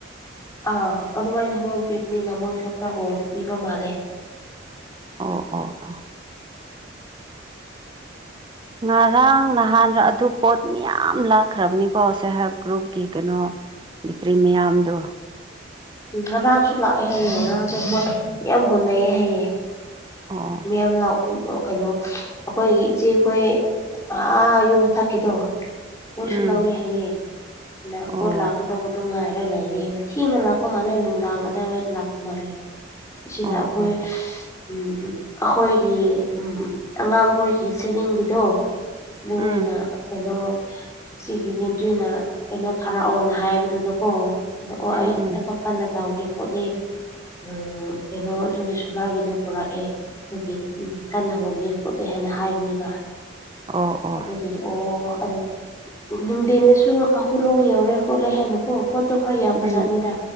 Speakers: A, on the left; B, on the right.
A: ꯑꯥ ꯑꯗꯨꯃꯥꯏꯅ ꯍꯣꯡꯅ ꯄꯕꯅꯤꯅ ꯃꯣꯏꯁꯨ ꯈꯔ ꯍꯣꯡꯅ ꯄꯤꯕ ꯃꯥꯜꯂꯦ꯫
B: ꯑꯣ ꯑꯣ ꯑꯣ꯫ ꯉꯔꯥꯡ ꯅꯍꯥꯟ ꯑꯗꯨ ꯄꯣꯠ ꯃꯌꯥꯝ ꯂꯥꯛꯈ꯭ꯔꯕꯅꯤꯀꯣ ꯁꯦꯜ ꯍꯦꯞ ꯒꯔꯨꯞꯀꯤ ꯀꯩꯅꯣ ꯕ‌ꯦꯇꯔꯤ ꯃꯌꯥꯝꯗꯣ꯫
A: ꯎꯝ ꯉꯔꯥꯡꯁꯨ ꯂꯥꯛꯑꯦ ꯍꯥꯏꯌꯦ ꯉꯔꯥꯡꯁꯨ ꯄꯣꯠ ꯌꯥꯝ ꯍꯣꯠꯅꯩꯌꯦ ꯍꯥꯏꯌꯦ꯫
B: ꯑꯣ
A: ꯃꯤꯌꯥꯝ ꯂꯥꯎ ꯀꯩꯅꯣ ꯑꯩꯈꯣꯏꯒꯤ ꯏꯆꯦꯈꯣꯏ ꯑꯥ ꯌꯨꯝ ꯃꯊꯛꯀꯤꯗꯣ꯫ ꯃꯣꯏꯁꯨ
B: ꯎꯝ
A: ꯂꯧꯋꯤ ꯍꯥꯏꯌꯦ ꯑꯗ
B: ꯑꯣ
A: ꯄꯣꯠ ꯂꯥꯛꯀꯗꯧꯕꯗꯣ ꯉꯥꯏꯔ ꯂꯩꯔꯤ ꯍꯥꯏꯅ ꯊꯦꯡꯅ ꯂꯥꯛ ꯄ ꯃꯥꯜꯂꯦ ꯅꯨꯡꯗꯥꯡ ꯑꯗꯥꯏꯋꯥꯏꯗ ꯂꯥꯛꯄ ꯃꯥꯜꯂꯦ ꯁꯤꯗ
B: ꯑꯣ
A: ꯑꯩꯈꯣꯏ
B: ꯑꯣ
A: ꯎꯝ ꯑꯩꯈꯣꯏꯒꯤ ꯎꯝ ꯑꯉꯥꯡꯈꯣꯏꯒꯤ ꯁꯦꯚꯦꯡꯒꯤꯗꯣ꯫ ꯑꯗꯨꯃꯥꯏꯅ
B: ꯎꯝ
A: ꯀꯩꯅꯣ ꯁꯤꯒꯤ <unintelligible> ꯀꯩꯅꯣ ꯊꯥꯔꯛꯑꯣꯅ ꯍꯥꯏꯕꯗꯨꯗꯀꯣ꯫ ꯑꯗ ꯑꯣ
B: ꯎꯝ
A: ꯑꯩ
B: ꯎꯝ
A: ꯊꯕꯛ ꯀꯟꯅ ꯇꯧꯔꯤ ꯈꯣꯠꯂꯤ꯫ ꯎꯝ ꯀꯩꯅꯣ ꯑꯗꯨꯒꯤ ꯁꯣꯅꯥꯒꯤꯗꯨ ꯄꯨꯔꯛꯑꯦ꯫ ꯑꯗꯨꯒꯤ ꯀꯟꯅ ꯍꯣꯜꯂꯤ ꯈꯣꯠꯂꯤ ꯍꯥꯏꯅ ꯍꯥꯏꯕꯅꯦꯕ
B: ꯑꯣ ꯑꯣ
A: ꯑꯗꯨꯗꯨꯒꯤ ꯑꯣ ꯑꯗꯨ ꯅꯨꯡꯗꯦꯟꯗꯁꯨ ꯀꯥꯈꯨꯂꯣꯡ ꯌꯧꯔꯦ ꯈꯣꯠꯂꯦ ꯍꯥꯏꯅꯀꯣ ꯄꯣꯠꯇꯣ ꯈꯔ ꯌꯥꯝꯕ
B: ꯎꯝ
A: ꯖꯥꯠꯅꯤꯗ꯫